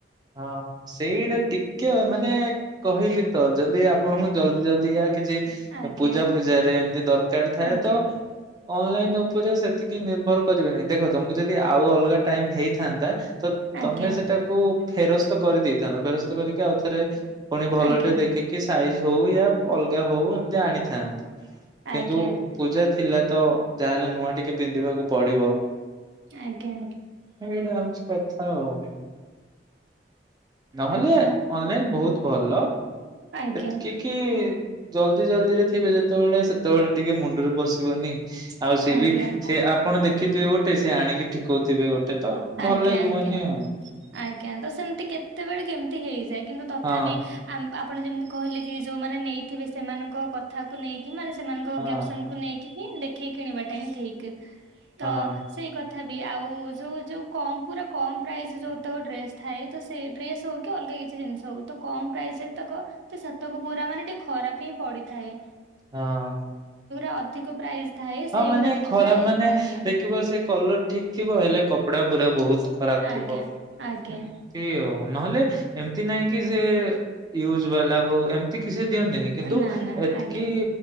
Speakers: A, on the right; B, on the right.
A: ହଁ ସେଇଟା ଟିକେ ମାନେ କହିଲି ତ ଯଦି ଆପଣଙ୍କୁ। ଜଲଦି ଜଲଦି ୟା କିଛି
B: ଆଜ୍ଞା
A: ପୂଜା ଫୂଜାରେ ଏମିତି ଦରକାର ଥାଏ
B: ଆଜ୍ଞା
A: ତ ଅନଲାଇନ ଉପରେ ସେତିକି ନିର୍ଭର କରିବେନି ଦେଖ ତମ କୁ ଯଦି। ଯ ଆଉ ଅଲଗା ଟାଇମ ହେଇଥାନ୍ତା। ତ
B: ଆଜ୍ଞା
A: ତମେ ସେଟାକୁ। ଫେରସ୍ତ କରିଦେଇଥାନ୍ତ ଫେରସ୍ତ କରିକି ଆଉ ଥରେ। ପୁଣି ଭଲ
B: ଆଜ୍ଞା
A: ଟେ ଦେଖିକି ସାାଇଜ ହଉ ଅଲ। ପୂଜା ହଉ ଏମିତି ଆଣିଥାନ୍ତ
B: ଆଜ୍ଞା
A: କିନ୍ତୁ ପୂଜା ଥିଲା। ତ ଯାହାହେଲେ ନୂଆ ଟିକେ। ପିନ୍ଧିବାକୁ ପଡିବ
B: ଆଜ୍ଞା
A: ଏଇଟା ହଉଛି। ଏମିତି କଥା ଆଉ। ନହେଲେ
B: ଆଜ୍ଞା
A: ଅନଲାଇନ ବହୁତ ଭଲ
B: ଆଜ୍ଞା
A: ଏତିକ କି। ଜଲ୍ଦି ଜଲ୍ଦିରେଥିବେ ଯେତେବେଳେ ସେତେ। ସେତେବେଳେ ଟିକେ ମୁଣ୍ଡଡିରେ ବସି ନି <unintelligible> ଆଉ ସିଏ
B: ଆଜ୍ଞା ଆଜ୍ଞା
A: ବି
B: ଆଜ୍ଞା
A: ସେ ଆପଣ ଦେଖିଥିବେ ଗୋଟେ ସେ ଆଣିକି ଠିକଉଥିବେ ଗୋଟେ ତ ଭଲ
B: ଆଜ୍ଞା
A: ଲାଗିବନି
B: ଆଜ୍ଞା
A: ଆଉ।
B: ଆଜ୍ଞା ତ ସେମିତି କେତେବେଳେ କେମିତି ହେଇଯାଏ। କିନ୍ତୁ ତଥାପି
A: ହଁ
B: ଆ। ଆପଣ ଯେମିତି କହିଲେ କି ଯଉମାନେ ନେଇଥିବେ ସେମାନଙ୍କ କଥାକୁ ନେଇକି। ମାନେ ସେମାନଙ୍କ
A: ହଁ
B: ଗ୍ୟାପସନ କୁ ନେଇକି ହିଁ ଦେଖି। ଠିକଣି ବା ଟା ହିଁ ଠିକ୍ ତ
A: ହଁ
B: ସେଇ କଥା ବି ବି ଆଉ ଯୋଉ ଯୋଉ କ ପୁରା କମ ପ୍ରାଇସ ଯୋଉତକ ଡ୍ରେସ ଥାଏ ତ ସେ ଡ୍ରେସ ହଉ କି ଅଲଗା କିଛି ଜିନିଷ ହଉ ତ କମ ପ୍ରାଇସ ଯେତକ ତ ସେତକ ପୁରା ମାନେ ଟିକେ ଖରାପ ହିଁ ପଡିଥାଏ।
A: ହଁ
B: ଅଧିକ ପ୍ରାଇସ୍ ଥାଏ
A: ହଁ
B: ସେଇଗୁରା
A: ମାନେ
B: ଦେଖି
A: ଖରାପ
B: ପୁରା ଏ
A: ମାନେ
B: ଆଜ୍ଞା
A: ଦେଖିବ ସେ କଲର ଠିକ ଥିବ ହେଲେ କପଡା ପୁରା ବହୁତ। ଖରାପ
B: ଆଜ୍ଞା
A: ଥିବ
B: ଆଜ୍ଞା
A: ସେ ଆଉ ନହେଲେ ଏମିତି ନାଇଁ କି ସେ ହ। ୟୁଜ ବାଲା ହଉ ଏମିତି କିଛି ଦିଅନ୍ତିନି କିନ୍ତୁ
B: ନା ନା
A: ଏତିକି
B: ଆଜ୍ଞା